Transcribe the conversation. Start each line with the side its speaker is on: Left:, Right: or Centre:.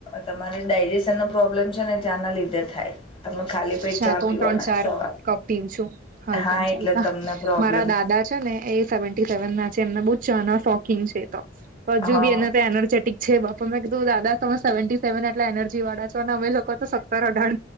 Left: તમારે ડાયજેશન નો પ્રોબ્લેમ છે, ને ચા ના લીધે. થાય તમે ખાલી પેટ
Right: અચ્છા
Left: ચા
Right: તો
Left: પીવોને
Right: હું ત્રણ ચાર
Left: સવા
Right: કપ પીવું છું હાલતા
Left: હા
Right: ને ચાલતા
Left: એટલે તમને. પ્રોબ્લેમ
Right: મારા દાદા
Left: થાય.
Right: ને એ સેવન્ટિ સેવન ના છે, એમને ચા શોકિંગ છે, એ તો
Left: થાય
Right: હજુ
Left: હા
Right: બી એને એનર્જેટિક. છે, બાપા મેં કીધું દાદા તમે સેવન્ટી સેવન એટલા એનર્જી વાળા છો અને અમે <unintelligible> તો. <unintelligible> અઢાર